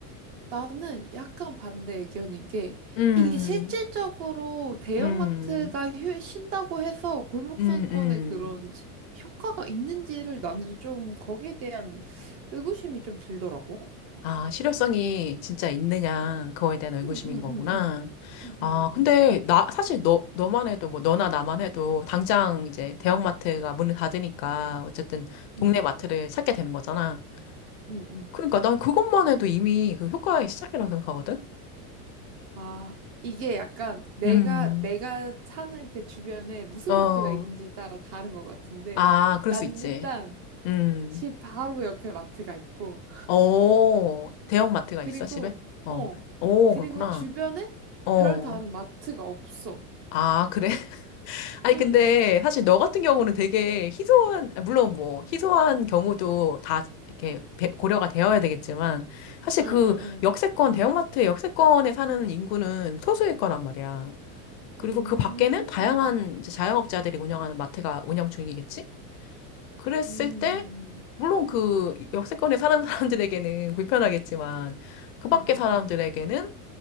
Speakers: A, on the right (about 35°); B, on the left (about 45°).
A: 나는 약간 반대 의견인 게
B: 음,
A: 이게 실질적으로 대형마트가
B: 음,
A: 휴, 쉰다고 해서 골목
B: 음,
A: 상권에
B: 음.
A: 그런 지- 효과가 있는지를 나는 좀 거기에 대한 의구심이 좀 들더라고.
B: 아, 실효성이 진짜 있느냐, 그거에 대한 의구심인
A: 응, 응,
B: 거구나.
A: 응, 응. 응,
B: 아,
A: 응, 응,
B: 근데
A: 응.
B: 나, 사실 너, 너만 해도, 뭐, 너나 나만 해도, 당장 이제 대형마트가 문을 닫으니까, 어쨌든 동네
A: 응,
B: 마트를 찾게 되는 거잖아.
A: 응, 응.
B: 그러니까 난 그것만 해도 이미 그 효과의 시작이라고 생각하거든?
A: 아, 이게 약간 내가,
B: 음,
A: 내가 사는 그 주변에 무슨
B: 어,
A: 마트가 있는지 따라 다른 것 같은데
B: 아, 그럴
A: 나는
B: 수 있지.
A: 일단
B: 음,
A: 집 바로 옆에 마트가 있고
B: 어, 대형마트가
A: 그리고,
B: 있어, 집에? 어,
A: 어,
B: 오,
A: 그리고
B: 그렇구나.
A: 주변에
B: 어,
A: 별 다른 마트가 없어.
B: 아, 그래? 아니,
A: 응,
B: 근데 사실 너 같은 경우는 되게 희소한, 아, 물론 뭐, 희소한 경우도 다 이렇게 배- 고려가 되어야 되겠지만, 사실
A: 응,
B: 그
A: 응,
B: 역세권, 대형마트 역세권에 사는 인구는 소수일 거란 말이야. 그리고
A: 응. 음,
B: 그 밖에는 다양한
A: 음,
B: 이제 자영업자들이 운영하는 마트가 운영 중이겠지? 그랬을
A: 음,
B: 때, 물론 그 역세권에 사는 사람들에게는 <laughs> 불편하겠지만, 그
A: 음,
B: 밖에
A: 음, 음.
B: 사람들에게는
A: 음, 음.